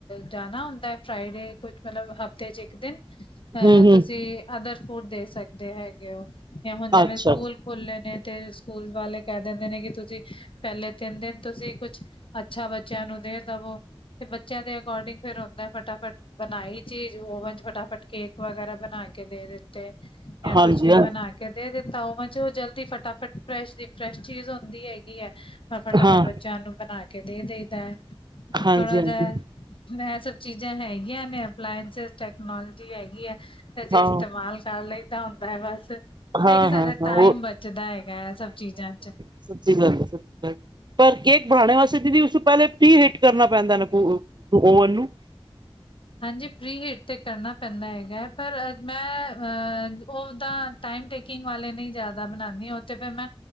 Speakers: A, on the left; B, on the right.
A: ਜਾਣਾ ਹੁੰਦਾ ਫਰਾਈਡੇ ਕੁਛ ਮਤਲਬ ਹਫ਼ਤੇ 'ਚ ਇੱਕ ਦਿਨ ਅਹ
B: ਹੂੰ ਹੂੰ
A: ਤੁਸੀਂ ਅਦਰ ਫੂਡ ਦੇ ਸਕਦੇ ਹੈਗੇ ਹੋ, ਜਾਂ ਹੁਣ ਜਿਵੇਂ
B: ਅੱਛਾ
A: ਸਕੂਲ ਖੁੱਲ੍ਹੇ ਨੇ ਤੇ ਸਕੂਲ ਵਾਲੇ ਕਹਿ ਦਿੰਦੇ ਨੇ ਕਿ ਤੁਸੀਂ ਪਹਿਲੇ ਤਿੰਨ ਦਿਨ ਤੁਸੀਂ ਕੁਛ ਅੱਛਾ ਬੱਚਿਆਂ ਨੂੰ ਦੇ ਦਵੋ। ਤੇ ਬੱਚਿਆਂ ਦੇ ਅਕੋਰਡਿੰਗ ਫੇਰ ਹੁੰਦਾ ਹੈ ਫਟਾਫਟ। ਬਣਾਈ ਚੀਜ਼ ਓਵਨ ਚ ਫਟਾਫਟ ਕੇਕ ਵਗੈਰਾ ਬਣਾ ਕੇ ਦੇ ਦਿੱਤੇ ਜਾਂ
B: ਹਾਂਜੀ
A: ਕੁੱਛ ਵੀ
B: ਹਾਂ
A: ਬਣਾ ਕੇ ਦੇ ਦਿੱਤਾ ਓਵਨ ਚ ਉਹ ਜਲਦੀ ਫਟਾਫਟ ਫਰੈਸ਼ ਦੀ ਫਰੈਸ਼ ਚੀਜ਼ ਹੁੰਦੀ ਹੈਗੀ ਹੈ। ਤਾਂ ਫਟਾਫਟ
B: ਹਾਂ
A: ਬੱਚਿਆਂ ਨੂੰ ਬਣਾ ਕੇ ਦੇ ਦਈ ਦਾ,
B: ਹਾਂਜੀ
A: ਥੋੜ੍ਹਾ
B: ਹਾਂਜੀ
A: ਜਾ ਮੈਂ ਇਹ ਸਭ ਚੀਜ਼ਾਂ ਹੈਗੀਆਂ ਨੇ ਅਪਲਾਇੰਸ ਟੈਕਨੋਲੋਜੀ ਹੈਗੀ ਆ। ਅਜੇ
B: ਹਾਂ
A: ਇਸਤੇਮਾਲ ਕਰ ਲਈ ਦਾ ਹੁੰਦਾ ਹੈ ਬਸ। ਇਹ
B: ਹਾਂ
A: ਹੈ ਕਿ ਸਾਡਾ
B: ਹਾਂ ਹਾਂ
A: ਟਾਈਮ ਬਚਦਾ ਹੈਗਾ ਆ ਸਭ ਚੀਜ਼ਾਂ ਚ।
B: ਸਤਿ ਸ਼੍ਰੀ ਅਕਾਲ ਸਤਿ ਸ਼੍ਰੀ ਅਕਾਲ। ਪਰ ਕੇਕ ਬਣਾਣੇ ਵਾਸਤੇ ਦੀਦੀ ਉਸਨੂੰ ਪਹਿਲੇ ਪ੍ਰੀ ਹਿੱਟ ਕਰਨਾ ਪੈਂਦਾ ਨਾ ਓਵਨ ਨੂੰ?
A: ਹਾਂਜੀ ਪ੍ਰੀ ਹਟ ਤੇ ਕਰਨਾ ਪੈਂਦਾ ਹੈਗਾ। ਪਰ ਮੈਂ ਅਹ ਓਦਾ ਟਾਈਮ ਟੇਕਿੰਗ ਵਾਲੇ ਨਹੀਂ ਜਿਆਦਾ ਬਣਾਨੀ ਉਹ ਤੇ ਫਿਰ ਮੈਂ